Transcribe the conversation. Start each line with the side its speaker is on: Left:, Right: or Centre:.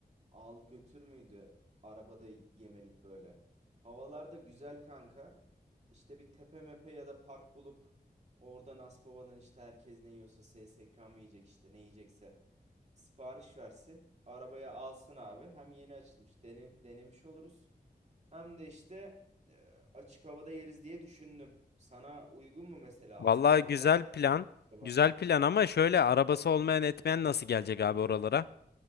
Right: Al götür müydü? Arabada yemelik böyle. Havalarda güzel kanka. İşte bir tepe mepe ya da park bulup oradan Aspava'dan işte herkes ne yiyorsa SSK mı yiyecek işte ne yiyecekse sipariş versin. Arabaya alsın abi. Hem yeni açılmış dene- denemiş oluruz. Hem de işte e, açık havada yeriz diye düşündüm. Sana uygun mu mesela?
Left: Vallahi
Right: Aspava falan
Left: güzel
Right: gelme
Left: plan.
Right: acaba?
Left: Güzel plan ama şöyle arabası olmayan etmeyen nasıl gelecek abi oralara?